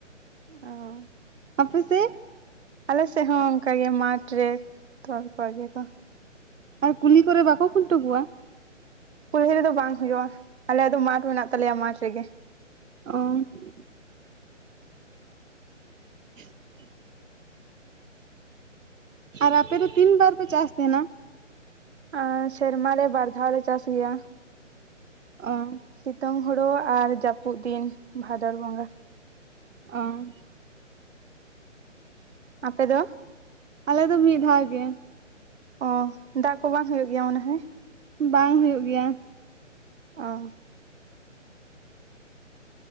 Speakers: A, on the right (about 60°); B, on the right (about 80°).
A: ᱚ
B: ᱟᱯᱮ ᱥᱮ
A: ᱟᱞᱮ ᱥᱮᱫ ᱦᱚᱸ ᱚᱱᱠᱟ ᱜᱮ ᱢᱟᱴᱷ ᱨᱮ ᱛᱚᱞ ᱠᱚ ᱜᱮᱭᱟᱠᱚ
B: ᱟᱨ ᱠᱩᱞᱤ ᱠᱚᱨᱮ ᱵᱟᱠᱚ ᱠᱷᱩᱱᱴᱟᱹᱣ ᱠᱚᱣᱟ
A: ᱠᱩᱞᱦᱤ ᱨᱮᱫᱚ ᱵᱟᱝ ᱦᱩᱭᱩᱜ-ᱟ ᱟᱞᱮᱭᱟᱜ ᱫᱚ ᱢᱟᱴᱷ ᱢᱮᱱᱟᱜ ᱛᱟᱞᱮᱭᱟ ᱢᱟᱴᱷ ᱨᱮᱜᱮ
B: ᱚ <inaudible> ᱟᱨ ᱟᱯᱮ ᱫᱚ ᱛᱤᱱ ᱵᱟᱨ ᱯᱮ ᱪᱟᱥ ᱛᱟᱦᱮᱸᱱᱟ
A: ᱮ ᱥᱮᱨᱢᱟ ᱨᱮ ᱵᱟᱨ ᱫᱷᱟᱣ ᱞᱮ ᱪᱟᱥ ᱜᱮᱭᱟ
B: ᱚ
A: ᱥᱤᱛᱩᱝ ᱦᱳᱲᱳ ᱟᱨ ᱡᱟᱹᱯᱩᱫ ᱫᱤᱱ ᱵᱷᱟᱫᱚᱨ ᱵᱚᱸᱜᱟ
B: ᱚ
A: ᱟᱯᱮ ᱫᱚ
B: ᱟᱞ ᱫᱚ ᱢᱤᱫ ᱫᱷᱟᱣ ᱜᱮ
A: ᱚ ᱫᱟᱜ ᱠᱚ ᱵᱟᱝ ᱦᱩᱭᱩᱜ ᱜᱮᱭᱟ ᱢᱚᱱᱮ ᱦᱚᱭ
B: ᱵᱟᱝ ᱦᱩᱭᱩᱜ ᱜᱮᱭᱟ
A: ᱚ